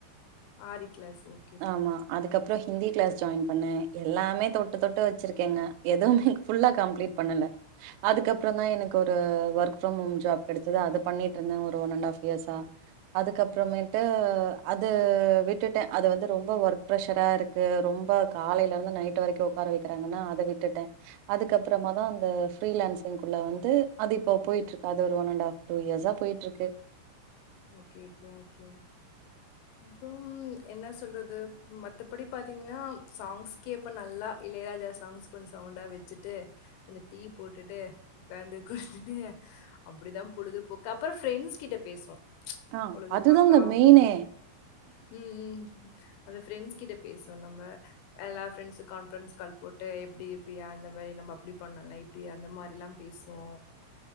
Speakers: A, on the left; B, on the right.
A: ஆரி கிளாஸ் ஓ
B: ஆமா அதுக்கப்பறம் ஹிந்தி கிளாஸ் ஜாயின் பண்ணே எல்லாமே தொட்டு தொட்டு வச்சிருக்கேங்க எதுவுமே ஃபுல்லா கம்ப்ளீட் பண்ணல அதுக்கப்புறம் தா எனக்கு ஒரு ஒர்க் ஒர்க் ப்ரம் ஹோம் கிடைச்சது அது பண்ணிட்டு இருந்த ஒரு ஒன்ண்ட் ஆஃப் இயர்சா அதுக்கப்றமேட்டு அது விட்டுட்டே அது வந்து ரொம்ப ஒர்க் ப்ரெஷரா இருக்கு ரொம்ப காலையில இருந்து நைட் வரைக்கு உக்கார வைக்கிறாங்கன்னா அத விட்டுட்டே அதுக்கப்பறமாதா அந்த ஃப்ரீலான்சிங்பிள்ள வந்து அது இப்போ பொயிட்ருக்கு அது ஒரு ஒன் அண்ட் ஹாப் டூ இயர்ஸா பொயிட்டுருக்கு
A: ஓகே ஓகே அப்றோ என்ன சொல்றது மத்தபடி பாத்திங்கன்னா சாங்ஸ்கேப்ப நல்லா இளையராஜாஸ் சாங்ஸ் கொஞ்சோ சவுண்டா வச்சுட்டு கொஞ்சோ டீ போட்டுட்டு உக்காந்து குடுத்துனு அப்டிதா பொழுதுபோக்கு அப்றோ ஃப்ரெண்ட்ஸ் கிட்ட பேசுவோ
B: அ
A: பொழுதுபோக்கா
B: அதுதாங்க மெயினே
A: ம் ம் அந்த ஃப்ரெண்ட்ஸ் கிட்ட பேசுவோ நம்ம எல்லா ஃப்ரெண்ட்ஸு கான்ஃப்ரன்ஸ் கால் போட்டு எப்டி இப்டியா அந்த மாரி நம்ம அப்டி பண்லா அப்டி அந்த மாதிரில்லா பேசுவோ